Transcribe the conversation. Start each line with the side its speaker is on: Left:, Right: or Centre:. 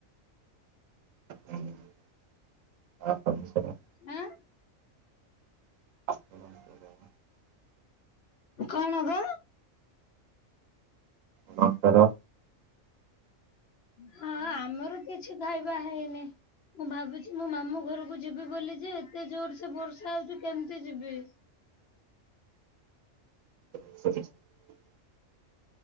Right: ହଁ ଆ
Left: ଆଁ?
Right: <inaudible>
Left: କଣ ଦବ?
Right: ଣ ତାର
Left: ହଁ ଆମର କିଛି ଖାଇବା ହେଇନି ମୁଁ ଭାବୁଛି ମୋ ମାମୁଁ ଘରକୁ ଯିବେ ବୋଲି ଯେ ଏତେ ଜୋର ସେ ବର୍ଷା ହଉଛି କେମିତି ଯିବି?
Right: <inaudible>